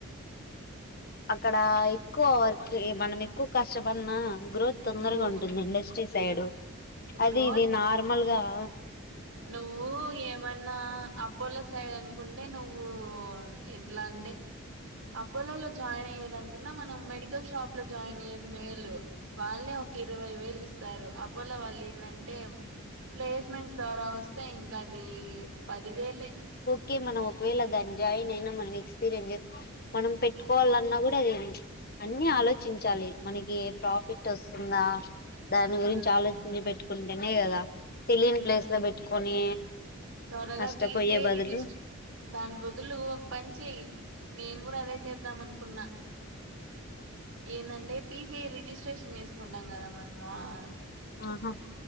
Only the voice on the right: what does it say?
నువ్వు
గ్రోత్
నువ్వు ఏమన్నా అపోలో సైడ్ అనుకుంటే నువ్వు ఎంట్లా అంటే అపోలో లో జాయిన్ అయ్యే దాని కన్నా మనం మెడికల్ షాప్ లో జాయిన్ అయ్యేది మేలు. వాళ్ళే ఒక ఇరవై వేలు ఇస్తారు. అపోలో వాళ్ళు ఏందంటే టెమ్ ప్లేస్మెంట్స్ తేడా వస్తే ఇం అవి పదివేలే
ఉమ్
ఉమ్
త్వరగా
పి సి ఐ
రిజిస్ట్ దాని బదులు పని చెయ్ నేను కూడా అదే చేద్దాం అనుకున్నా ఏందంటే పీ సీ ఐ రిజిస్ట్రేషన్ చేసుకుంటాం గదా మనం <unintelligible>